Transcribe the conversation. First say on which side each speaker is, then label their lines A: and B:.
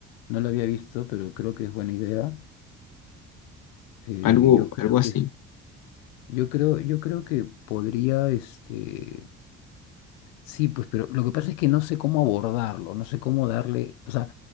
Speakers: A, on the left (about 80°); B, on the left (about 55°).
A: No lo había visto, pero creo que es buena idea. Eh,
B: Algo,
A: yo creo
B: algo así.
A: que es- yo creo, yo creo que podría, este, Sí, pues, pero lo que pasa es que no sé cómo abordarlo, no sé cómo darle, o sea,